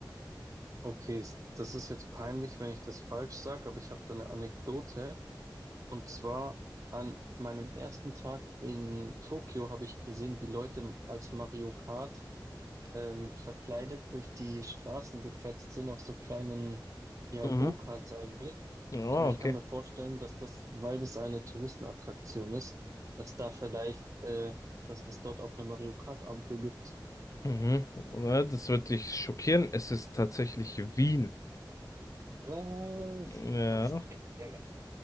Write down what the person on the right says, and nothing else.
Okay, s- das ist jetzt peinlich, wenn ich das falsch sage, aber ich habe da eine Anekdote. Und zwar an meinem ersten Tag in Tokio habe ich gesehen, wie Leute als Mario Kart ähm, verkleidet durch die Straßen gefetzt sind auf so kleinen, ja,
Go-Karts eigentlich.
Und ich
kann mir vorstellen, dass das, weil das eine Touristenattraktion ist, dass da vielleicht, äh, dass es dort auch eine Mario Kart-Ampel gibt.
Was?
Das gibt's ja gar nicht.